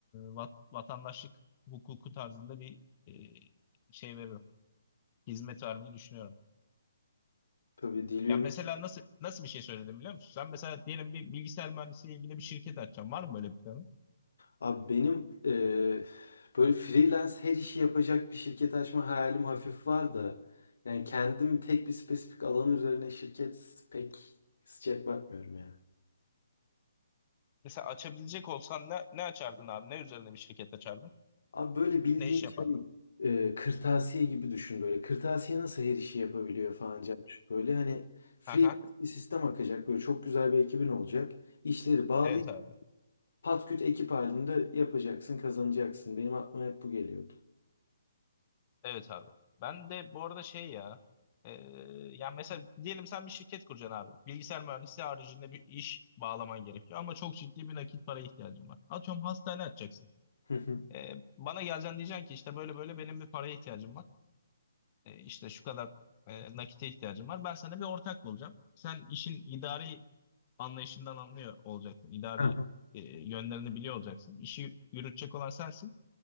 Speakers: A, on the left; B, on the left.
A: vat- vatandaşlık hukuku tarzında bir e, şey veririm. Hizmet vermeyi düşünüyorum.
B: Tabii dil
A: Yani
B: bilmez.
A: mesela nasıl nasıl bir şey söyledim biliyor musun? Sen mesela diyelim bir bilgisayar mühendisliğiyle ilgili bir şirket açacaksın. Var mı böyle bir planın?
B: Abi benim eee, böyle freelance her işi yapacak bir şirket açma hayalim hafif var da yani kendim tek bir spesifik alan üzerine şirket pek sıcak bakmıyorum ya.
A: Mesela açabilecek olsan ne, ne açardın abi? Ne üzerine bir şirket açardın?
B: Abi böyle bildiğin
A: Ne iş yapardın?
B: şey eee, kırtasiye gibi düşün böyle. Kırtasiye nasıl her işi yapabiliyor falan Cemşit? Böyle hani freelance
A: Aha.
B: bir sistem akacak böyle çok güzel bir ekibin olacak. İşleri bağlı
A: Evet abi.
B: Patküt ekip halinde yapacaksın, kazanacaksın. Benim aklıma hep bu geliyordu.
A: Evet abi. Ben de bu arada şey ya e, yani mesela diyelim sen bir şirket kuracaksın abi. Bilgisayar mühendisliği haricinde bir iş bağlaman gerekiyor ama çok ciddi bir nakit paraya ihtiyacın var. Atıyorum hastane açacaksın.
B: <laughs> Hı hı.
A: E, bana geleceksin diyeceksin ki işte böyle böyle benim bir paraya ihtiyacım var. E, işte şu kadar e, nakite ihtiyacım var. Ben sana bir ortak bulacağım. Sen işin idari anlayışından anlıyor olacaksın. İdari
B: Hı hı.
A: e, yönlerini biliyor olacaksın. İşi yürütecek olan sensin.